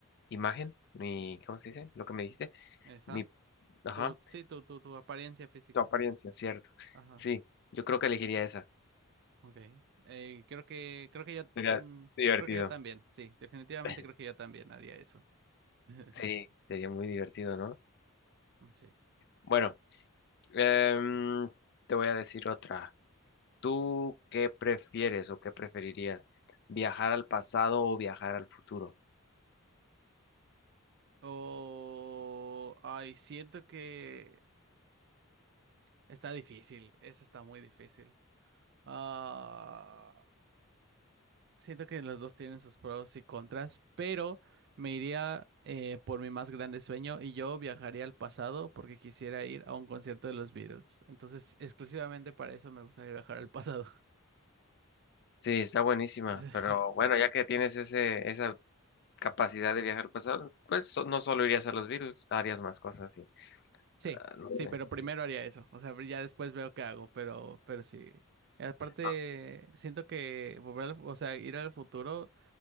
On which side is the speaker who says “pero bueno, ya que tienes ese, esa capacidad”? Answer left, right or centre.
Left